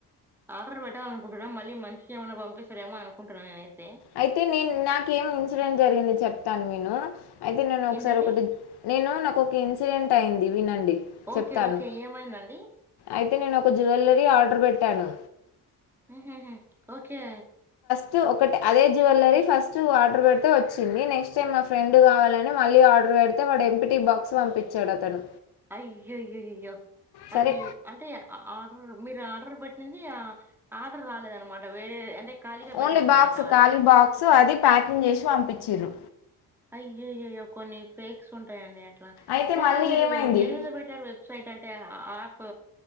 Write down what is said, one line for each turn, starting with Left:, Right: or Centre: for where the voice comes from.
Centre: ఆర్డర్ పెట్టాలినుకుంటున్నా మళ్ళీ మంచిగేమన్నా పంపిస్తారమొ అనుకుంటున్నా నేనైతే
Left: అయితే నేను నాకేమి ఇన్సిడెంట్ జరిగింది చెప్ తన్విను అయితే నేనొకసారి
Centre: ఏంటండి
Left: ఒకటి నేను నా ఒక ఇన్సిడెంట్ అయింది వినండి చెప్తాను
Centre: ఓకే ఓకే ఏమైందండి
Left: అయితే నేనొక జ్యువలరీ ఆ ర్ బెట్టాను
Centre: ఆహహ ఓకే
Left: ట్ ఒకటి అదే జువెల్లరీ ఫస్ట్ ఆర్డర్ బెడితే వచ్చింది నెక్స్ట్ టైం మా ఫ్రెండ్ గావాలని మళ్ళీ ఆర్డర్ పెడితే వాడు ఎంపిటి బాక్స్ పంపించాడు అతను
Centre: అయ్యయ్యయ్యయ్యో
Left: సరే
Centre: అవి అంటే ఆర్డర్ మీరు ఆర్డర్ బట్టి ఆర్డర్ రాలేదనమాట వేరే అంటే ఖాళీగా పెట్టారనమాట
Left: ఓన్లీ బాక్స్
Centre: వాళ్ళు
Left: ఖాలీ బాక్సు అది ప్యాకింగ్ జేసి పంపించ్రు
Centre: అయ్యయ్యయ్యో కొన్ని ఫేక్స్ ఉంటాయండి ట్ల
Left: అయితే
Centre: కానీ
Left: మళ్ళీ
Centre: మీరు
Left: ఏమైంది
Centre: దేని మీద బెట్టారు వెబ్సైట్ అంటే ఆప్